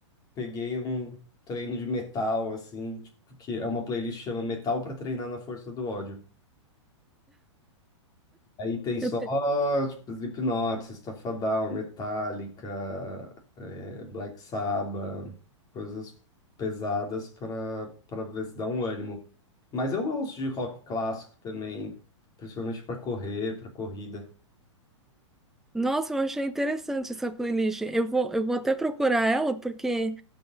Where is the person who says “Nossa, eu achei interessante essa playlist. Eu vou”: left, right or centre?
Centre